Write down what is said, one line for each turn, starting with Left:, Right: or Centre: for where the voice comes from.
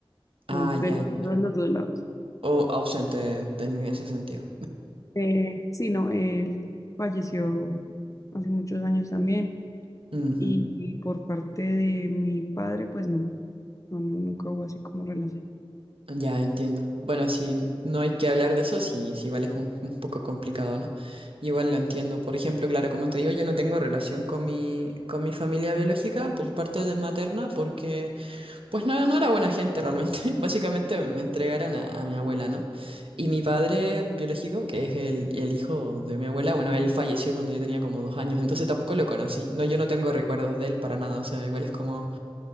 Right: Ah,
Left: no,
Right: ya,
Left: de ninguno
Right: ya. ya.
Left: de los dos lados.
Right: O ausente de- en ese sentido.
Left: Eh, sí, no, él falleció hace muchos años también
Right: Ujú,
Left: y, y por parte de mi padre, pues no, no, no, nunca hubo así como relación.
Right: Ya entiendo. Bueno, si no hay que hablar de eso, sí, sí, vale, es un, un poco complicado, ¿no? Igual lo entiendo. Por ejemplo, claro, como te digo, yo no tengo relación con mi, con mi familia biológica por parte de materna, porque, pues no, no era buena gente realmente. <laughs> Básicamente me entregaron a, a mi abuela, ¿no? Y mi padre biológico, que es el, el hijo de mi abuela, bueno, él falleció cuando yo tenía como dos años, entonces tampoco lo conocí. No, yo no tengo recuerdos de él para nada, o sea, igual es como.